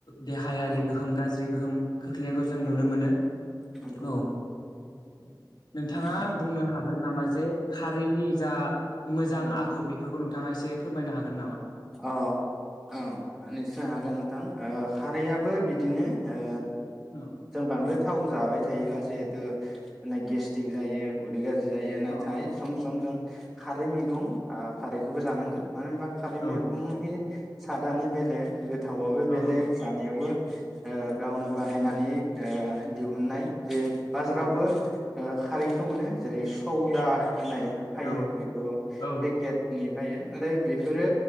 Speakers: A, on the left; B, in the centre.
A: देहायारि
B: औ
A: गोहोम गाज्रि गोहोम खोख्लैनायखौ जों नुनो
B: औ
A: मोनो
B: नंगौ
A: औ <inaudible> नोंथाङा
B: औ
A: बुंनो हागोन नामा जे खारैनि जा मोजां
B: औ
A: आखु बेफोरखौ नों थाङा एसे फोरमायनो हागोन नामा?
B: अ औ निस्य हागोन नोंथां ओ खारैयाबो बिदिनो ओ
A: औ
B: जों बांद्राय थाव जाबाय थायोब्ला जिहेतु जोंना गेस्टिक जायो उदै गा ज्रि जायो नाथाय
A: औ
B: सम सम जों खारै मैगं आ खारैखौबो जानांगौ मानो होनबा खारै
A: औ
B: मै नि सादानो बेलेग थावाबो
A: औ
B: बेलेग जानायाबो ओ गावनो बानायनानै ओ दिहुननाय जे बाजारावबो
A: औ
B: ओ खारैखौ मोनो जेरै सौदा होननाय फायो
A: औ
B: बेखौ
A: औ
B: पेकेटनि जायो नाथाय बेफोरो